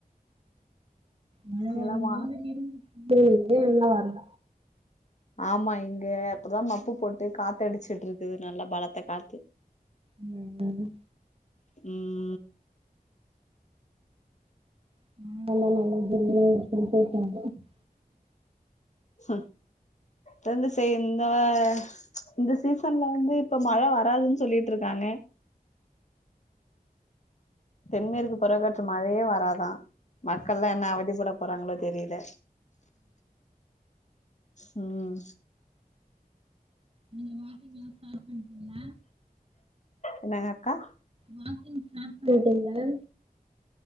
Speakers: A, on the right (about 40°); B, on the left (about 50°).
A: மழ
B: இங்கெல்லா
A: வர
B: மழ
A: மாதிரி இருந்துச்சு ஏ எல்லா வர்ல
B: ஆமா இங்க அப்பதா மப்பு போட்டு காத்த அடிச்சுட்டு இருக்குது நல்லா பலத்த காத்து
A: ம் என்னாது
B: ம்
A: <unintelligible>
B: ஹ வந்து செய்யுந்தா இந்த சீசன்ல வந்து இப்ப மழ வராதுன்னு சொல்லிட்ருக்காங்க தென்மேற்கு பருகாற்று மழையே வராதா மக்கள்லா என்ன அவதிப்பட போறாங்களோ தெரியுல ம்
A: நீங்க வாக்கிங்லா ஸ்டார்ட் பண்டீங்களா
B: என்னங்கக்கா
A: வாக்கிங் ஸ்டார்ட் பண்ட்டீங்களா